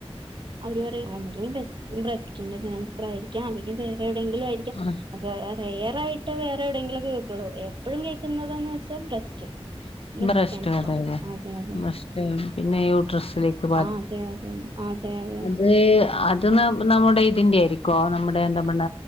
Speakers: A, on the right; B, on the left.
A: അവര് പറയും ഒന്നുങ്കി ബ്രസ്ബ്രസ്റ്റിന്റെ ക്യാൻസറായിരിക്ക്യാ അല്ലെങ്കിവേറെ എവിടെയങ്കിലുംആയിരിക്ക്യാ
B: അതെ
A: അത് റയറായിട്ട് വേറെ എവിടെയെങ്കിലുംകേക്കുള്ളൂ എപ്പഴുംകേക്കുന്നതന്ന് വെച്ചാബ്രസ്റ്റ് ബ്രസ്റ്റ്കേൻസറാണ്
B: ബ്രസ്റ്റ് അതെ
A: അതെ അതെ
B: ബ്രസ്റ്റ് പിന്നെ യൂട്രസിലേക്ക്
A: ആഹ് അതെ അതെ ആഹ് വേദന
B: ത് അത് ന നമ്മുടെ ഇതിന്റെ ആയിരിക്കോ നമ്മുടെഎന്താബണ്ണ